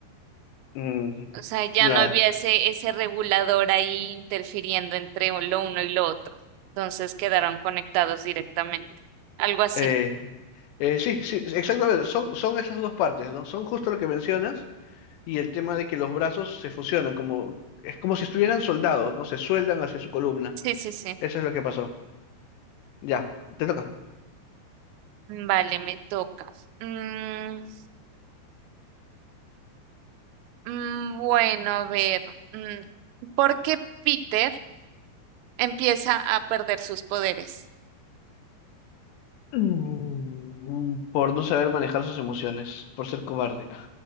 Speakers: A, on the left; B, on the right.
A: Mm,
B: O sea, ya
A: claro.
B: no había ese, ese regulador ahí interfiriendo entre lo uno y lo otro. Entonces quedaron conectados directamente. Algo así.
A: Eh, eh, sí, sí, exactamente. Son, son esas dos partes, ¿no? Son justo lo que mencionas y el tema de que los brazos se fusionan, como, es como si estuvieran soldados, ¿no? Se sueldan hacia su columna.
B: Sí, sí, sí.
A: Eso es lo que pasó. Ya, te toca.
B: Vale, me toca. Mm, mm, bueno, a ver. mm, ¿por qué Peter? Empieza a perder sus poderes.
A: Mm, Por no saber manejar sus emociones, por ser cobarde,